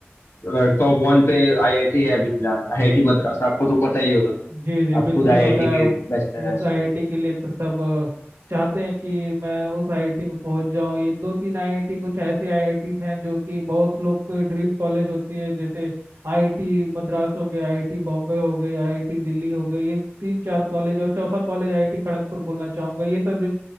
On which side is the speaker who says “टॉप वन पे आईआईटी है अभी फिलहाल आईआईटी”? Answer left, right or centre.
Left